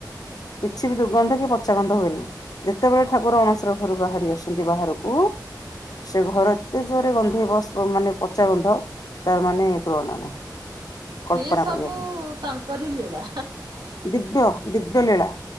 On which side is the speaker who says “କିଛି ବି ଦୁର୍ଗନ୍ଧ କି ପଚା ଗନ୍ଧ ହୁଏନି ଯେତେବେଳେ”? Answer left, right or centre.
Left